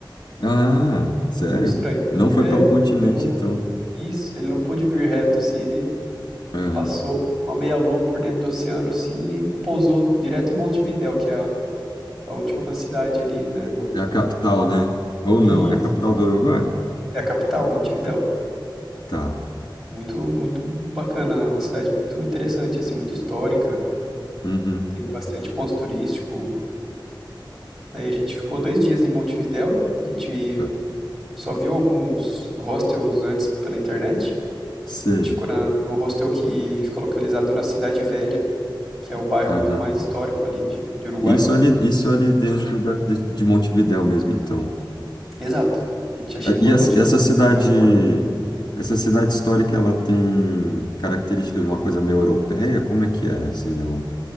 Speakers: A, on the left; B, in the centre.
A: Ah, sério?
B: Muito estranho.
A: Não foi
B: É,
A: pelo continente,
B: ele não.
A: então.
B: Isso, ele não pôde vir reto, assim, ele
A: Aham.
B: passou uma meia-lua por dentro do oceano, assim, e pousou direto em Montevidéu, que é a, a última cidade ali, né? No...
A: É a capital, né? Ou
B: Isso,
A: não, é a capital do Uruguai?
B: é a capital, Montevidéu.
A: Tá.
B: Muito, muito bacana, uma cidade muito interessante, assim, muito histórica,
A: Uhum.
B: tem bastante ponto turístico. Aí a gente ficou dois dias em Montevidéu, a gente
A: Ah,
B: só viu alguns hostels antes pela internet.
A: Sei.
B: A gente ficou na, no hostel que fica localizado na Cidade Velha, que é o bairro
A: Aham.
B: mais histórico ali de, de Uruguai.
A: Isso ali, isso ali dentro da- de, de Montevidéu mesmo, então.
B: Exato. A gente já chegou
A: Ah, E essa,
B: em Montevideo.
A: essa cidade,
B: no aeroporto.
A: essa cidade histórica, ela tem características de uma coisa meio europeia? Como é que é, assim? É, um-